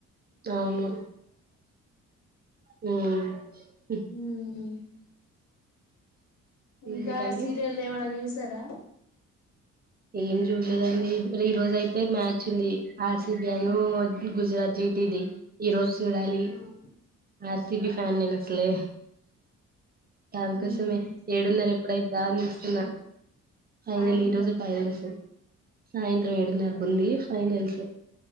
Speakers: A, on the right; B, on the left.
A: అవును హ
B: వ ఇంకా
A: ఇంకండి
B: సీరియల్ ఏమైనా చూసారా
A: ఏం చూడలేదండి ఈ రోజ అయితే మ్యాచ్ ఉంది ఆర్సిబిఐ ను గుజరాత్ జీట్ ఇది ఈరోోజు చూడాలి
B: ఆ
A: ఆ కిటి ఫేమనిస్ లే దంకోసమే
B: ఉమ్
A: ఏడున్నారు ఎప్పుడైద్దా అని చస్తున్నా ఫైనల్
B: సాయంత్రం
A: ఈ రోజు
B: ఉందా
A: ఫైనల్స్ సాయంత్రం ఏడున్నరకు ఉంది ఫైనల్స్